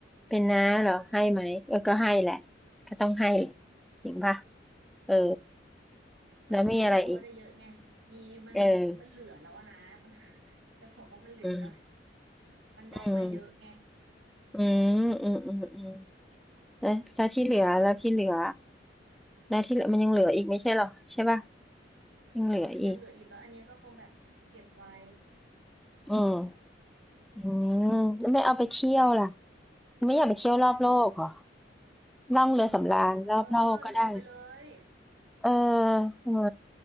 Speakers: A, in the centre; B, on the right.
A: เป็นน้าเหรอให้ไหมเออก็ให้แหละก็ต้องให้แหละจริงป่ะเออ
B: ก็ต้องให้แหละเพราะว่าได้เยอะไงมีมันมันเหลือแล้วอะนะมัน
A: แล้วมีอะไรอีกเออ
B: <laughs> จะบอกว่ามันเหลือก็
A: อืม
B: มันได้มาเยอะไง
A: อืม อืมอืมอืมอืมแล้วแล้วที่เหลือแล้วที่เหลือแล้วที่เหลือมันยังเหลืออีกไม่ใช่เหรอใช่ป่ะยังเหลืออีก
B: มันยังเหลืออีกก็อันเนี้ยก็คงแบบเก็บไว้
A: อืมอืมแล้วไม่เอาไปเที่ยวล่ะไม่อยากไปเที่ยวรอบโลกเหรอล่องเรือสำราญรอบโลกก็ได้
B: เออเออลืมไปเลย
A: เออทำไม